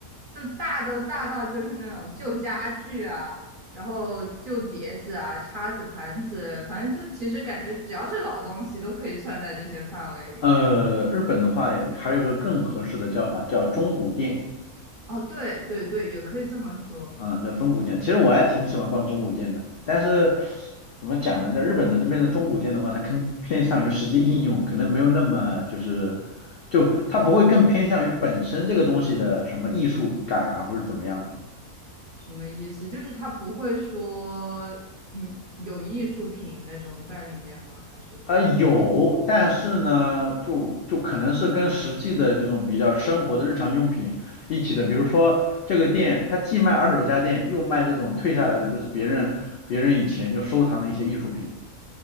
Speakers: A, on the right (about 50°); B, on the left (about 75°).
A: 就大都大到就是那种旧家具啊，然后旧碟子啊、叉子、盘子，反正就其实感觉只要是老东西都可以算在这些范围里面。
B: 呃，日本的话还有个更合适的叫法叫中古店，
A: 哦，对对对，也可以这么说。
B: 嗯，叫中古店。其实我还挺喜欢逛中古店的，但是怎么讲呢？在日本的这边的中古店的话，它更偏向于实际应用，可能没有那么就是就它不会更偏向于本身这个东西的什么艺术感啊或者怎么样的。
A: 什么意思？就是它不会说，嗯，有艺术品那种在里面吗？还是说，
B: 啊有，但是呢，就就可能是跟实际的这种比较生活的日常用品一起的，比如说这个店，它既卖二手家电，又卖这种退下来的，就是别人别人以前就收藏的一些艺术品。